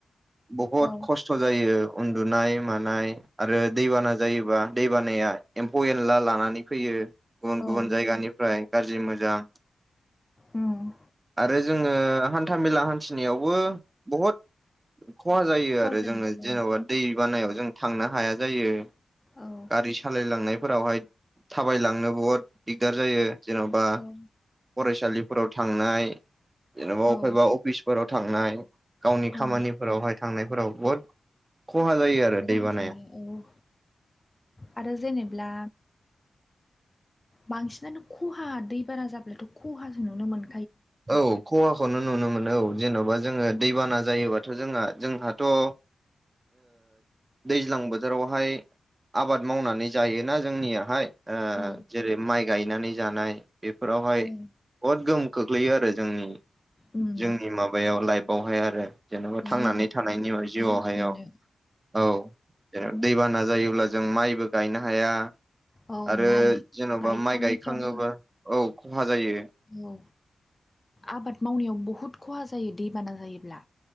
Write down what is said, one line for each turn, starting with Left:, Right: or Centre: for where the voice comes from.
Right: बहुत
Left: औ
Right: खस्थ' जायो उन्दुनाय मानाय आरो दैबाना जायोबा दै बानाया । एम्फौ एनला लानानै फैयो गुबुन
Left: औ
Right: गुबुन जायगानिफ्राय गाज्रि मोजां।
Left: उम
Right: आरो जोङो हान्थामेला हान्थिनायावबो । बहुद खहा जायो
Left: खहा
Right: आरो
Left: जायो
Right: जोङो जेन'बा दै बानायाव जों थांना हाया जायो
Left: औ औ
Right: गारि सालायलांनायफोरावहाय थाबायलांनो बहुद दिगदार जायो जेन'बा
Left: औ
Right: फरायसालिफोराव थांनाय जेन'बा
Left: औ
Right: अबा अफिसफोराव थांनाय । गावनि
Left: औ
Right: खामानिफोरावहाय थांनायफोराव बहुद खहा जायो आरो
Left: खहा
Right: दै बानाया
Left: जायो औ आरो जेनेब्ला बांसिनानो खहा दै बारा जाब्लाथ' खहाजों नुनो मोन
Right: औ खवाखौनो नुनो मोन मोनो औ जेन'बा जोङो दैबाना जायोबाथ' जोंहा जोंहाथ' ओ दैज्लां बोथोरावहाय आबाद मावनानै जायोना जोंनियाहाय । ओ
Left: औ
Right: जेरै माइ गायनानै जानाय बेफोरावहाय
Left: औ
Right: बहुद गोहोम खोख गोलैयो आरो जोंनि
Left: उम
Right: जोंनि माबायाव लाइफआवहाय आरो जेनेबा थांनानै
Left: जिउआव
Right: थानायनि जिउआवहायाव
Left: जिउ खुंनो
Right: औ। औ जों दैबाना जायोब्ला जों माइबो गायनो हाया।
Left: औ
Right: आरो
Left: माइ
Right: जेन'बा
Left: गायखानायफ्राबो
Right: माइ गायखाङोबा औ खहा जायो।
Left: औ आबाद मावनायाव बहुद खहा जायो दैबाना जायोब्ला।